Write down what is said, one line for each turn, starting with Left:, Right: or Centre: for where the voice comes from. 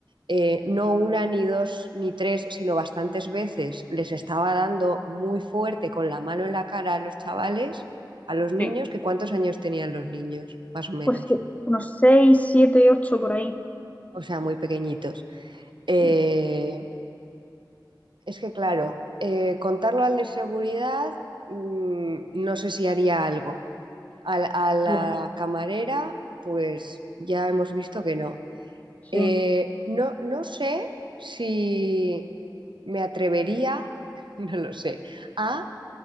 Right: eh, no una, ni dos, ni tres, sino bastantes veces les estaba dando muy fuerte con la mano en la cara a los chavales, a los niños,
Left: Sí,
Right: que cuántos años tenían los niños, más o menos,
Left: Pues sí, unos seis siete ocho por ahí.
Right: o sea, muy pequeñitos. Eh,
Left: sí,
Right: es que claro, eh, contarlo al de seguridad, mm, no sé si haría algo. A, a la
Left: bien,
Right: camarera, pues ya hemos visto que no.
Left: sí,
Right: Eh, no, no sé si me atrevería <laughs> no lo sé, a